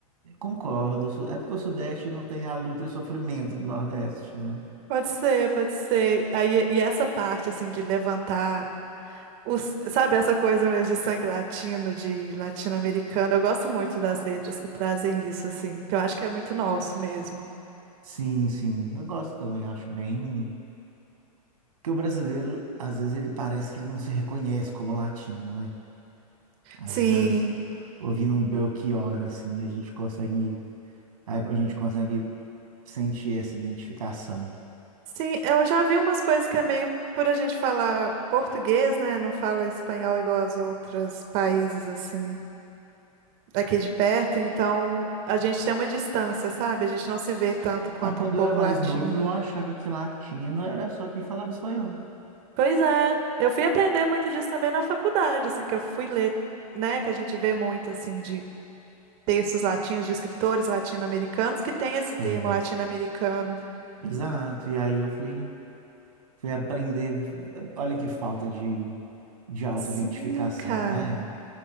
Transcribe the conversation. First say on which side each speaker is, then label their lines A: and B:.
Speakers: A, on the right; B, on the right.
A: Concordo. su- É porque o Sudeste não tem a luta e o sofrimento do Nordeste, né?
B: Pode ser, pode ser. Aí, e essa parte, assim, de levantar, os, sabe, essa coisa mesmo de sangue latino, de latino-americano, eu gosto muito das letras que trazem isso, assim, que eu acho que é muito nosso mesmo.
A: Sim, sim. Eu gosto também, acho bem. Porque o brasileiro, às vezes, ele parece que ele não se reconhece como latino, né? Aí,
B: Sim,
A: as... ouvindo um Belchior, assim, a gente consegue. A gente consegue sentir essa identificação.
B: sim, eu já vi umas coisas que é meio por a gente falar português, né? Não fala espanhol igual aos outros países, assim. aqui de perto, então a gente tem uma distância, sabe? A gente não se vê tanto quanto
A: Ah, quando
B: um povo
A: eu era mais
B: latino.
A: novo, eu achava que latino era só quem falava espanhol.
B: Pois é, eu fui aprender muito disso também na faculdade, assim, que eu fui ler, né, que a gente vê muito, assim, de textos latinos, de escritores latino-americanos, que tem
A: Sei.
B: esse termo latino-americano.
A: Exato. E aí eu fui, fui aprender. Olha que falta de, de autoidentificação,
B: Sim, cara.
A: né?